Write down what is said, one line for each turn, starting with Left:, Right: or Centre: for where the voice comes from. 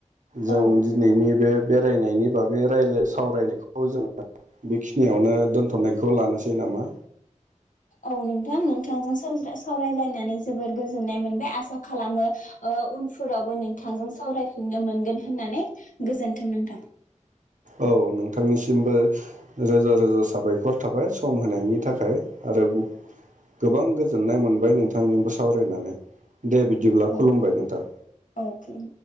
Right: जों
Left: औ
Right: दिनैनि बे बेरायनायनि बागै रायला सावरायनायखौ जोङो बेखिनियावनो दोनथ'नायखौ लानोसै नामा?
Left: औ नोंथां नोंथांजों सावरायलायनानै जोबोर गोजोननाय मोनबाय आसा ओ खालामो उनफोरावबो नोंथांजों सावरायफिनो मोनगोन होननानै गोजोनथों नोंथां
Right: औ नोंथांनिसिमबो रोजा रोजा साबायखर थाबाय सम होनायनि थाखाय आरो गोबां गोजोननाय मोनबाय नोंथांजोंबो सावरायनानै दे बिदिब्ला
Left: औ
Right: खुलुमबाय नोंथां
Left: औ खुलुमबाय।